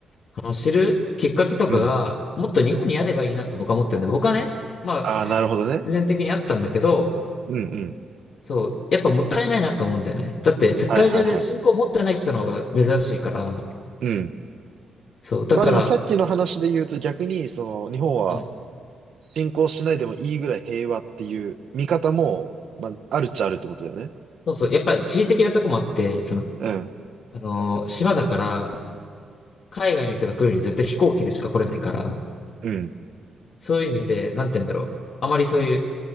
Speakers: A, on the left (about 60°); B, on the right (about 70°).
A: あの、知るきっかけとかが、
B: うん。
A: もっと日本にあればいいなって僕は思ってるんで、僕はね、まあ、
B: ああ、なるほどね。
A: 自然的にあったんだけど、
B: うんうん。
A: そう、やっぱもったいないなと思うんだよね。だって世界中で信仰を持ってない人の方が珍しいから、
B: はいはいはい。うん。
A: そう、だから、
B: まあでもさっきの話で言うと逆に、その、日本は
A: うん
B: 侵攻しないでもいいぐらい平和っていう見方も、まあ、あるっちゃあるってことだよね。
A: そうそう。やっぱり地理的なとこもあって、その、
B: うん、
A: あのー島だから、海外の人が来るには絶対飛行機でしか来れないから、
B: うん、
A: そういう意味で、なんて言うんだろう。あまりそういう、